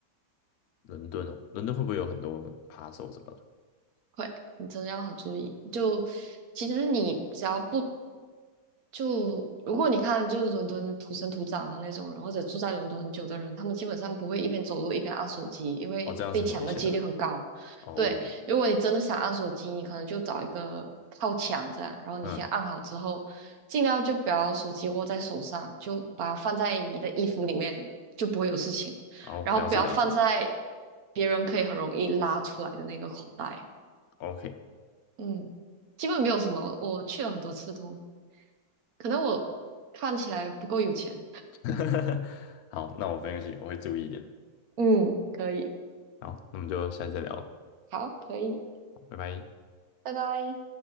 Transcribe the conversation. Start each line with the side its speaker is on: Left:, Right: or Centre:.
Left: 伦敦哦，伦敦会不会有很多扒手什么的？
Right: 会，你真的要很注意。就其实你只要不就如果你看，就是伦敦土生土长的那种人，或者住在伦敦很久的人，他们基本上不会一边走路一边按手机，因为被抢的几率很高。
Left: 哦，这样是很危险的。哦，
Right: 对，如果你真的想按手机，你可能就找一个靠墙这样，然后你先按好之后，
Left: 嗯，
Right: 尽量就不要手机握在手上，就把它放在你的衣服里面，就不会有事情了然后不要放在
Left: 哦，了解了解
Right: 别人可以很容易拉出来的那个口袋。
Left: ，OK，
Right: 嗯，基本没有什么，我去了很多次都可能我看起来不够有钱。
Left: <laughs> 好，那我分析，我会注意一点的。
Right: 嗯，可以，
Left: 好，那我们就下次再聊，
Right: 好，可以，
Left: 拜拜。
Right: 拜拜。